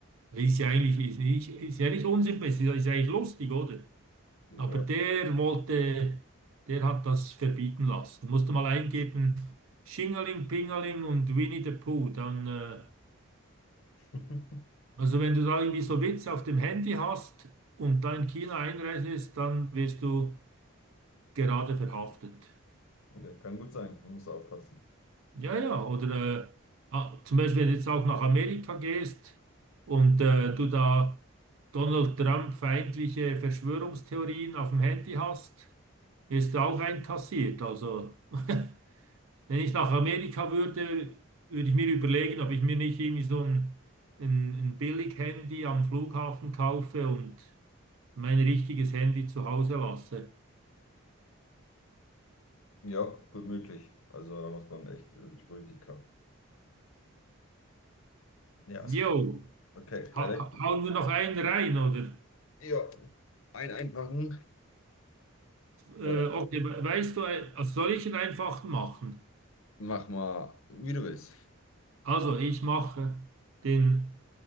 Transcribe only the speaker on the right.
Ist ja eigentlich ist nicht, ist ja nicht unsympathisch, ist ja eigentlich lustig, oder?
Aber der wollte, der hat das verbieten lassen. Musste mal eingeben, Schingeling, Pingeling und Winnie the Pooh. Dann, äh,
also wenn du da irgendwie so Witze auf dem Handy hast und da in China einreist, dann wirst du gerade verhaftet.
Ja, ja, oder äh, ah, zum Beispiel, wenn du jetzt auch nach Amerika gehst und äh, du da Donald Trump feindliche Verschwörungstheorien auf dem Handy hast, ist du auch einkassiert. Also, <laughs> wenn ich nach Amerika würde, würde ich mir überlegen, ob ich mir nicht irgendwie so ein, ein, ein Billig-Handy am Flughafen kaufe und mein richtiges Handy zu Hause lasse.
Jo,
ha
ha- hauen wir noch einen rein, oder?
Äh,
okay, we- weißt du, äh, also soll ich einen einfachen machen?
Also ich mache den